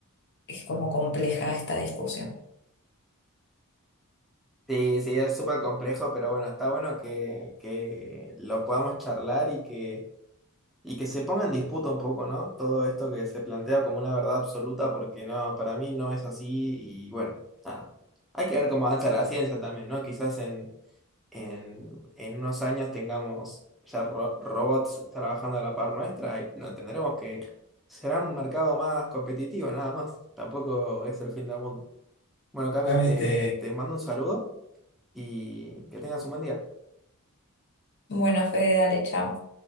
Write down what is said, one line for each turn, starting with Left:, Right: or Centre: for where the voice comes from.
Left: es como compleja esta discusión.
Centre: Sí, sí, es súper complejo, pero bueno, está bueno que, que lo podamos charlar y que... Y que se ponga en disputa un poco, ¿no? Todo esto que se plantea como una verdad absoluta, porque no, para mí no es así. Y bueno, nada. Hay que ver cómo avanza la ciencia también, ¿no? Quizás en, en, en unos años tengamos ya ro- robots trabajando a la par nuestra y no tendremos que. Será un mercado más competitivo, nada más. Tampoco es el fin del mundo. Bueno, Cami,
Left: Cami,
Centre: te,
Left: te,
Centre: te mando un saludo y que tengas un buen día.
Left: Bueno, Fede, dale, chao.